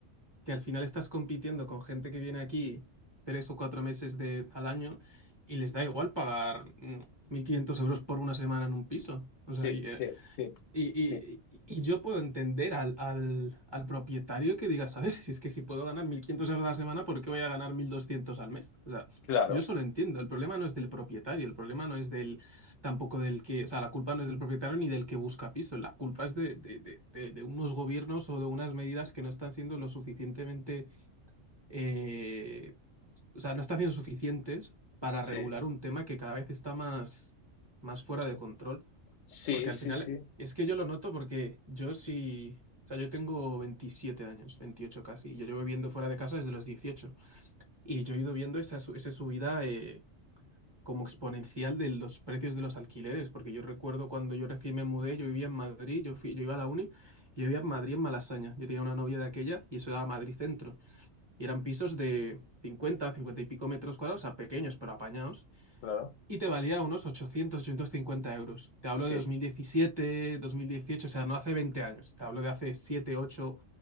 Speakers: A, on the right; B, on the left.
A: que al final estás compitiendo con gente que viene aquí tres o cuatro meses de, al año y les da igual pagar mm, 1.500 euros por una semana en un piso. O
B: Sí,
A: sea, y,
B: sí,
A: eh,
B: sí,
A: Y,
B: sí,
A: y- y yo puedo entender al, al, al propietario que diga, ¿sabes? Si es que si puedo ganar 1.500 euros a la semana, ¿por qué voy a ganar 1.200 al mes? O sea,
B: claro,
A: yo eso lo entiendo. El problema no es del propietario, el problema no es del, tampoco del que, o sea, la culpa no es del propietario ni del que busca piso, la culpa es de, de, de- de- de unos gobiernos o de unas medidas que no están siendo lo suficientemente, eh, o sea, no están siendo suficientes para
B: sí,
A: regular un tema que cada vez está más, más fuera
B: Moscú.
A: de control.
B: Sí,
A: Porque al
B: sí,
A: final,
B: sí,
A: es que yo lo noto porque yo sí, o sea, yo tengo 27 años, 28 casi, y yo llevo viviendo fuera de casa desde los dieciocho Y yo he ido viendo esa, su- esa subida eh, como exponencial de los precios de los alquileres, porque yo recuerdo cuando yo recién me mudé, yo vivía en Madrid, yo, fui- yo iba a la uni, yo vivía en Madrid, en Malasaña. Yo tenía una novia de aquella y eso era Madrid Centro. Y eran pisos de cincuenta 50 y pico metros cuadrados, o sea, pequeños, pero apañados.
B: claro,
A: Y te valía unos 800, cincuenta euros. Te hablo
B: sí,
A: de dos dos mil diecisiete dos mil dieciocho o sea, no hace 20 años. Te hablo de hace 7 ocho